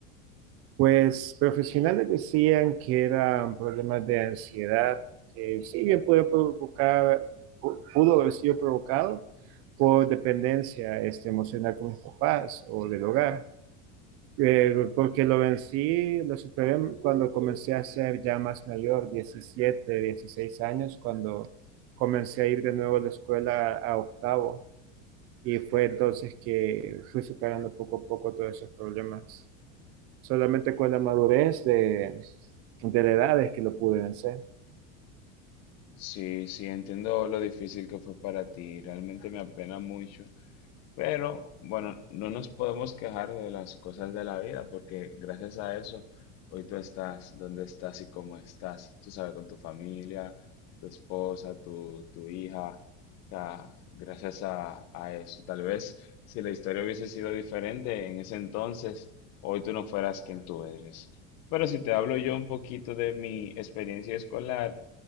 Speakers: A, on the right; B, on the left.
A: Pues profesionales decían que eran problemas de ansiedad, que sí bien pudo provocar, pu- pudo haber sido provocado por dependencia este, emocional con mis papás o del hogar Eh, porque lo vencí, lo superé cuando comencé a ser ya más mayor, 17, 16 años, cuando comencé a ir de nuevo a la escuela a octavo. Y fue entonces que fui superando poco a poco todos esos problemas. Solamente con la madurez de, de la edad es que lo pude vencer.
B: Sí, sí, entiendo lo difícil que fue para ti, realmente me apena mucho. Pero bueno, no nos podemos quejar de las cosas de la vida porque gracias a eso hoy tú estás donde estás y cómo estás. Tú sabes, con tu familia, tu esposa, tu, tu hija. O sea, gracias a, a eso. Tal vez si la historia hubiese sido diferente en ese entonces, hoy tú no fueras quien tú eres. Pero si te hablo yo un poquito de mi experiencia escolar,